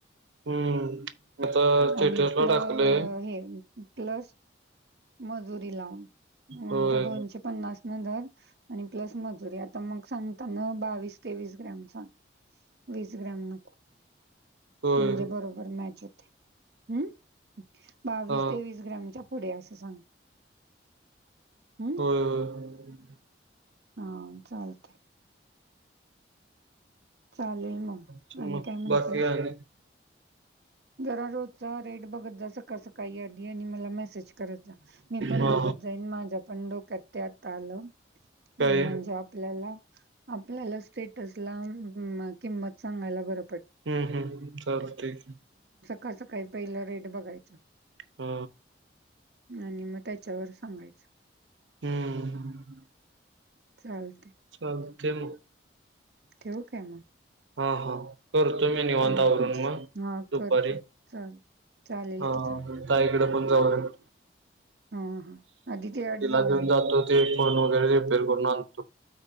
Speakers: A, on the right; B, on the right.
A: हम्म.. आता स्टेटसला
B: आणि प्ल
A: टाकलंय
B: हे प्लस मजुरी लाव,
A: होय
B: आता दोनशे पन्नास दर आणि प्लस मजुरी, आता मग सांगताना बावीस तेवीस ग्राम सांग. वीस ग्रॅम नको.
A: होय
B: म्हणजे बरोबर मॅच होते. हम् बावीस
A: हा
B: तेवीस ग्रामच्या पुढ्या असं सांग. हम्
A: होय, होय,
B: हा चालते. चालेल मग
A: च
B: आणि
A: मग
B: काय म्हणतेस
A: बाकी आहे <unintelligible>
B: जरा रोजचा रेट बघत का स मला म मी पण
A: हा
B: बघतण <unintelligible> ्यात आलं
A: काय
B: म्हणजे आपल्याला <unintelligible> आपल्याला स्टेटस ला किंमत सांगायला बर.
A: हम्म, हम्म, चाल ठीक आहे.
B: कसं काही, पहिलं रेट बघायचं.
A: हा.
B: आणि मग त्याच्यावर सांगायचं.
A: हम्म..
B: चाल
A: चालतंय मग
B: ठेवू का मग?
A: हा, हा, करतो मी निवांत
B: हम्म.
A: आवरून मग,
B: हा
A: दुपारी
B: कर कर चालेल चालेल
A: हा
B: की चालेल
A: ताईकडे पण जाऊन येतो.
B: हा हा आधी ते अट
A: तिला
B: जाऊन
A: घेऊन
B: ये
A: जातो ते फोन वगैरे रिपेअर करून आणतो.